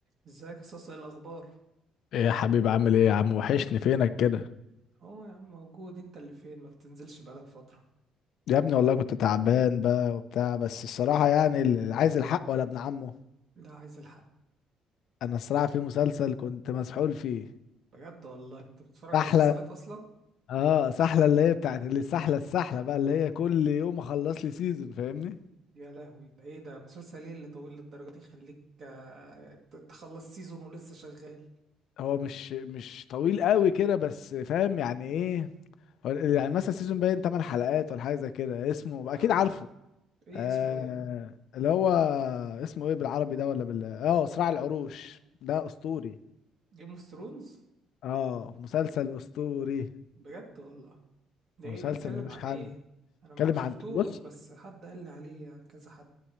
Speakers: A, on the right; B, on the left.
A: ازيك يا صاصة ايه الاخبار
B: ايه يا حبيبي عامل ايه يا عم وحشني فينك كده
A: اه يا عم موجود انت اللي فين ما بتنزلش بقالك فترة
B: يا ابني والله كنت تعبان بقى وبتاع بس الصراحة يعني اللي عايز الحق ولا ابن عمه
A: لا عايز الحق
B: انا الصراحة في مسلسل كنت مسحول فيه
A: بجد والله انت بتتفرج على
B: سحلة
A: مسلسلات اصلا
B: اه سحلة اللي هي بتاعت اللي السحلة السحلة بقى اللي هي كل يوم اخلص لي سيزون فاهمني
A: يا لهوي ده ايه ده مسلسل ايه اللي طويل للدرجة دي يخليك آه، ت- تخلص سيزون ولسه شغال
B: هو مش مش طويل قوي كده بس فاهم يعني ايه هو يعني مثلا سيزون باين 8 حلقات ولا حاجة زي كده اسمه
A: اه
B: اكيد عارفه
A: ايه
B: آه
A: اسمه ايه
B: اللي هو اسمه ايه بالعربي ده ولا بال اه صراع العروش ده اسطوري
A: جيم اوف ثرونز
B: اه مسلسل اسطوري
A: بجد والله ده
B: مسلسل
A: ايه بيتكلم
B: ملوش
A: عن
B: حل
A: ايه انا
B: اتكلم
A: ما شفتوش
B: عن بص
A: بس حد قال لي عليه يعني كذا حد